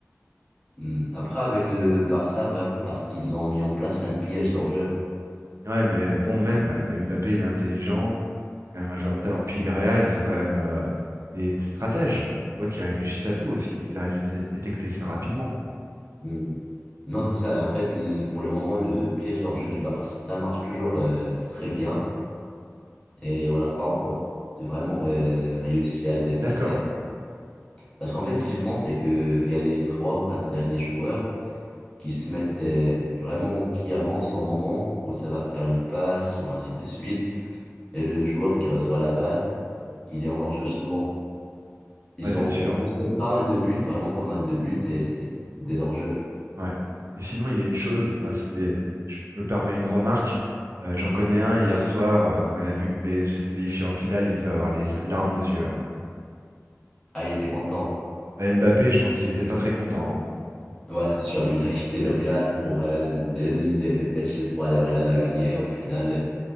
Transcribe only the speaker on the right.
ouais, mais bon, même euh, Mbappé, il est intelligent, c'est quand même un joueur de talent. Puis le Real, ils ont quand même euh, des t- stratèges, tu vois, qui réfléchissent à tout aussi. Ils auraient dû dé- détecter ça rapidement.
D'accord.
Ouais, c'est
sûr.
Ouais. Et sinon, il y a une chose, enfin, c'est, je me permets une remarque. Euh, j'en connais un hier soir, euh, quand il a vu le PSG se qualifier en finale, il devait avoir les larmes aux yeux. hein.
Bah, Mbappé, je pense qu'il était pas très content.